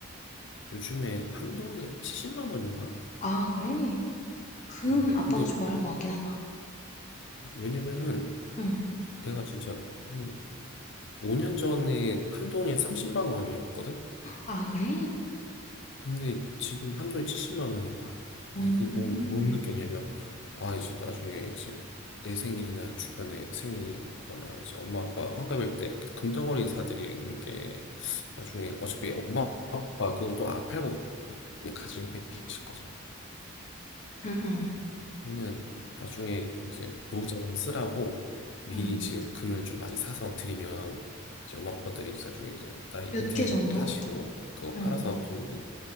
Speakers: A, on the left; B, on the left.
A: 요즘에 한 돈에 70만 원인가?
B: 아, 그래? 금
A: 어.
B: 아빠가
A: 이게
B: 좋아할 것 같긴 하다.
A: 왜냐면은
B: 응.
A: 내가 진짜 한 5년 전에 한 돈이 30만 원이었거든.
B: 아, 그래?
A: 근데 지금 한돈이 70만 원인 거야.
B: 어,
A: 근데
B: 응,
A: 그거 보면 또못 느꼈냐면, 아, 이제 나중에 이제 내 생일이나 주변에 생일 거나 이제 엄마 아빠 환갑일 때 금덩어리 사드리는 게 나중에 어차피 엄마 아빠 그거 또 안 팔고 그냥 가지고 계실 거잖아.
B: 응, 응.
A: 그러면은 나중에 이제 노후자금 쓰라고 미리
B: 응
A: 지금 금을 좀 많이 사서 드리면 이제 엄마 아빠들이 나중에 이제 나이
B: 몇
A: 은퇴하시고
B: 개 정도?
A: 그거
B: 응
A: 팔아서 돈